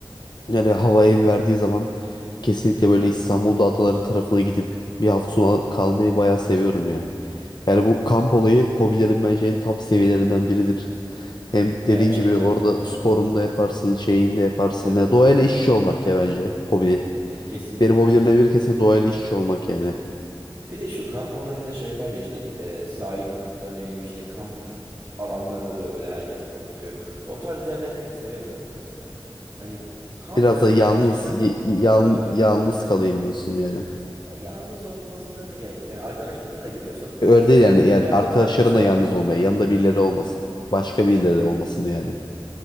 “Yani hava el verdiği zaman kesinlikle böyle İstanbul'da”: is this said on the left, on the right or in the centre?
Left